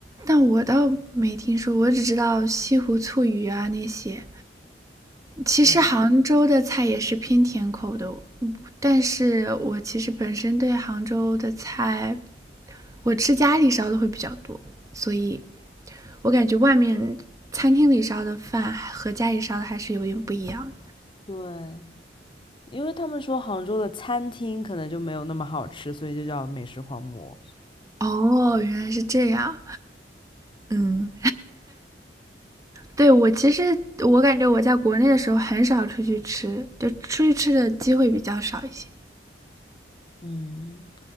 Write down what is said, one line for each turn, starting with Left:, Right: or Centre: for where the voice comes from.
Right: 但我倒没听说，我只知道西湖醋鱼啊那些。其实杭州的菜也是偏甜口的，
Left: 对
Right: 嗯但是我其实本身对杭州的菜，我吃家里烧的会比较多，所以我感觉外面餐厅里烧的饭和家里烧的还是有点不一样
Left: 对，因为他们说杭州的餐厅可能就没有那么好吃，所以就叫美食荒漠。
Right: 的哦，原来是这样。嗯，对，我其实我感觉我在国内的时候很少出去吃，就出去吃的机会比较少一些。
Left: 嗯，